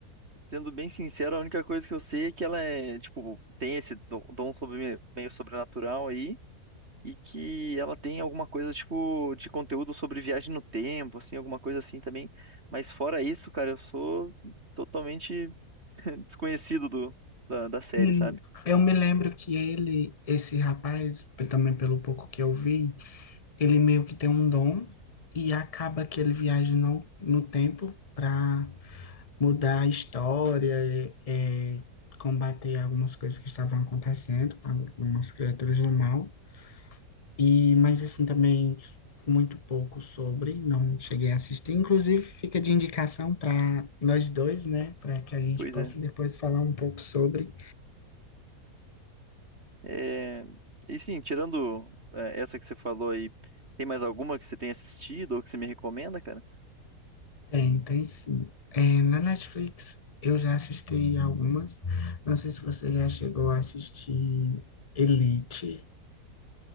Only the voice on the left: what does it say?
Sim,
eu me lembro que ele, esse rapaz, pe- também pelo pouco que eu vi, ele meio que tem um dom e acaba que ele viaja no, no tempo para mudar a história, é, é, combater algumas coisas que estavam acontecendo, algumas criaturas do mal. E, mas assim, também muito pouco sobre, não cheguei a assistir. Inclusive, fica de indicação para nós dois, né? Para que a gente
possa
depois falar um pouco sobre.
Tem, tem sim. É, na Netflix, eu já assisti algumas. Não sei se você já chegou a assistir Elite.